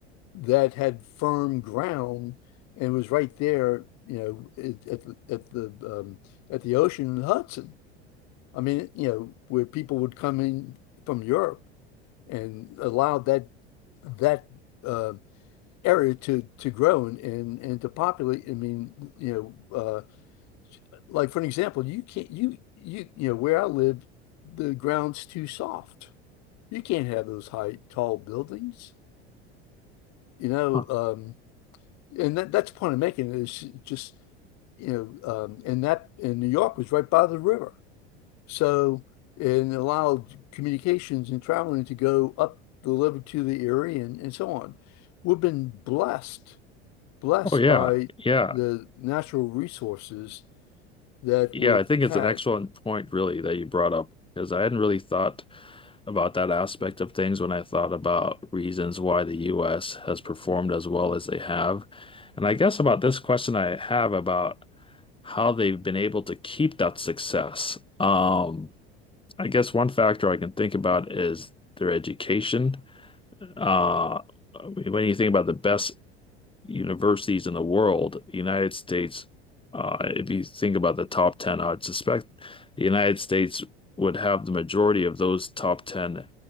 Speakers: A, on the left; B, on the left.
A: that had firm ground and was right there, you know, at, at the at the um, at the ocean in Hudson. I mean, you know, where people would come in from Europe and allowed that that uh, area to to grow and, and and to populate. I mean, you know, uh, like for an example, you can't you you you know where I live, the ground's too soft. You can't have those high tall buildings. You know,
B: Huh.
A: um, and that that's the point I'm making is just you know, um, and that and New York was right by the river, so and allowed communications and traveling to go up the river to the Erie and, and so on. We've been blessed blessed
B: Oh yeah,
A: by
B: yeah.
A: the natural resources that
B: Yeah,
A: we've
B: I think it's
A: had.
B: an excellent point, really, that you brought up because I hadn't really thought about that aspect of things when I thought about reasons why the US has performed as well as they have. And I guess about this question I have about how they've been able to keep that success. Um, I guess one factor I can think about is their education. Uh, when you think about the best universities in the world, the United States, uh, if you think about the top 10, I'd suspect the United States would have the majority of those top 10